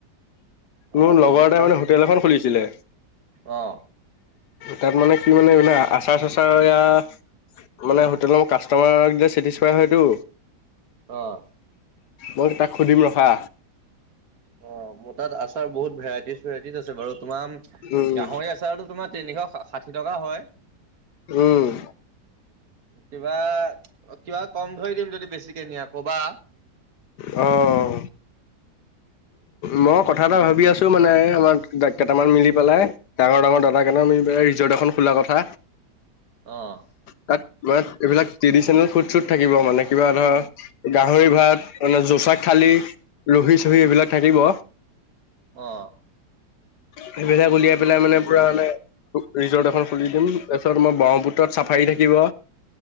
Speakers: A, on the right (about 60°); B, on the left (about 75°).
A: অ'
B: মোৰ লগৰ এটাই মানে হোটেল এখন খুলিছিলে
A: অহ
B: তাত মানে কি মানে এইবিলাক আচাৰ- চাচাৰ এয়াৰ মানে হোটেলৰ কাষ্টমাৰক দি ছেটিছফাই হয়টো
A: অহ
B: মই তাক সুধিম ৰখা
A: অ মোৰ তাত আচাৰ বহুত ভেৰাইটি ত আছে বাৰু তোমাৰ
B: উম,
A: গাহৰি আচাৰতো তোমাৰ তিনিশ ষাঠি টকা হয়।
B: উম!
A: কিবা, কিবা কম ধৰি দিম যদি বেছিকে নিয়া কবা
B: অহ মই কথা এটা ভাবি আছোঁ মানে আমাৰ কেইটামান মিলি পেলাই ডাঙৰ ডাঙৰ দাদা কেইটাম মিলি পেলাই ৰিজৰ্ট ৰিজৰ্ট এখন খোলা কথা।
A: অহ
B: তাত মানে এইবিলাক ট্ৰেডিচনেল ফুড-চুড থাকিব মানে কিবা ধৰা, গাহৰি ভাত মানে জোচা থালি ৰহি-চহি এইবিলাক থাকিব
A: অ'
B: সেইবিলাক উলিয়াই পেলাই মানে পুৰা মানে ৰিজৰ্ট এখন খুলি দিম তাছত ম ব্ৰহ্মপুত্ৰত ছাফাৰী থাকিব।